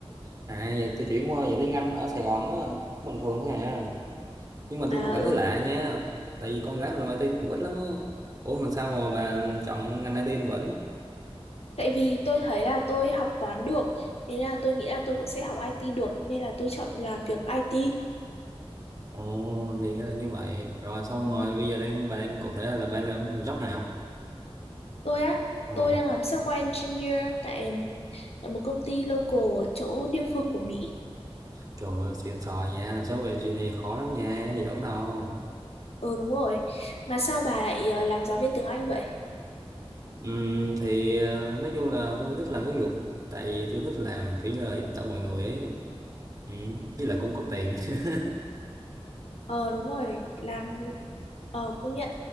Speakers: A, on the right (about 35°); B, on the left (about 75°).
A: À giờ tôi chuyển qua giờ tiếng Anh ở Sài Gòn á cũng bình thường thôi à. Nhưng mà tôi
B: À
A: cũng cảm
B: ừ.
A: thấy lạ nha. Tại vì con gái mình làm IT nó cũng ít lắm á. Ủa mà sao mà bà chọn ngành IT bên bển?
B: Tại vì tôi thấy là tôi học toán được, thế là tôi nghĩ là tôi cũng sẽ học IT được, nên là tôi chọn làm việc IT.
A: Ồ thì ra là như vậy. Rồi xong
B: Ừ.
A: rồi bây giờ đang bà đang cụ thể là bà làm job nào?
B: Tôi á,
A: Ồ
B: tôi đang làm software engineer tại, um, tại một công ty local ở chỗ địa phương của Mỹ.
A: Trời ơi, xịn sò nha, làm software engineer khó lắm nha, giỡn đâu.
B: Ờ đúng rồi. Mà sao bà lại ờ, làm giáo viên tiếng Anh vậy?
A: Ừm, thì ờ, nói chung là tôi thích làm giáo dục, tại vì tôi thích làm kiểu như là giúp đỡ mọi người ấy. Ừm, với lại cũng có tiền. <laughs>
B: Ờ đúng rồi, làm Ờ, công nhận